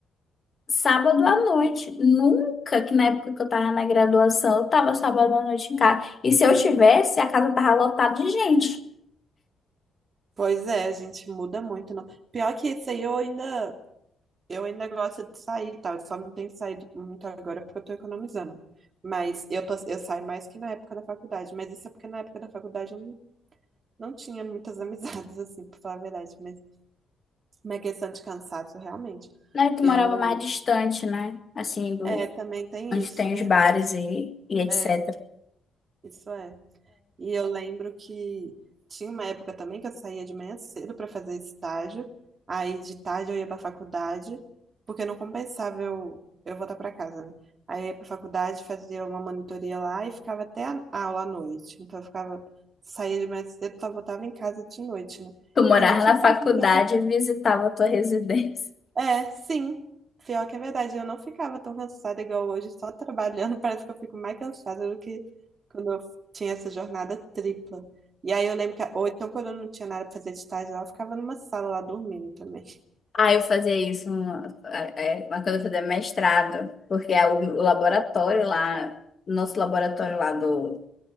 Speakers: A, on the left; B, on the right.
A: Sábado à noite. Nunca que na época que eu tava na graduação, eu tava sábado à noite em casa. E se eu tivesse, a casa tava lotada de gente.
B: Pois é, a gente muda muito, não. Pior que isso aí, eu ainda, eu ainda gosto de sair, e tal. Eu só não tenho saído muito agora porque eu tô economizando. Mas eu, tô, eu saio mais que na época da faculdade. Mas isso é porque na época da faculdade eu não, não tinha muitas <laughs> amizades, assim, pra falar a verdade. Mas Uma questão de cansaço, realmente.
A: Né? Tu
B: Eu,
A: morava mais distante, né? Assim, do
B: é, também tem
A: onde
B: isso,
A: tem
B: verdade.
A: os bares e, e etc.
B: É, isso é. E eu lembro que tinha uma época também que eu saía de manhã cedo para fazer estágio, aí de tarde eu ia para faculdade, porque não compensava eu, eu voltar para casa, né? Aí eu ia para faculdade, fazia uma monitoria lá e ficava até a a aula à noite. Então eu ficava, saía de manhã cedo, só voltava em casa de noite, né?
A: Tu morava
B: E não ficava
A: na faculdade
B: tão
A: e visitava a tua residência.
B: É, sim. Pior que é verdade. Eu não ficava tão cansada igual hoje, só trabalhando. <laughs> Parece que eu fico mais cansada do que quando eu tinha essa jornada tripla. E aí eu lembro que, ou então quando eu não tinha nada pra fazer de tarde lá, eu ficava numa sala lá dormindo também.
A: Ah, eu fazia isso uma, é, é, uma quando eu fazia mestrado, porque é o, o laboratório lá, nosso laboratório lá do,